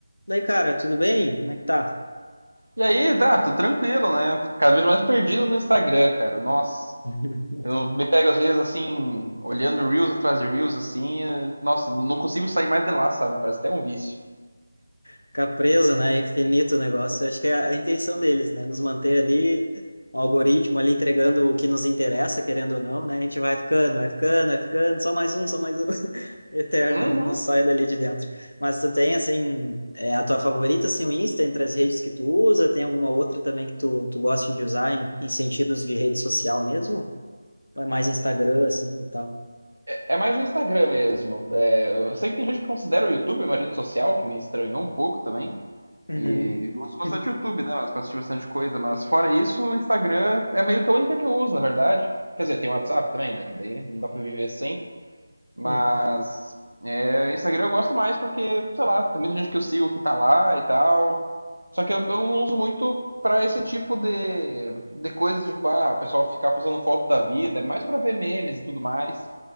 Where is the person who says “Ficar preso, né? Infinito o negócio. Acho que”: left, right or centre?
Left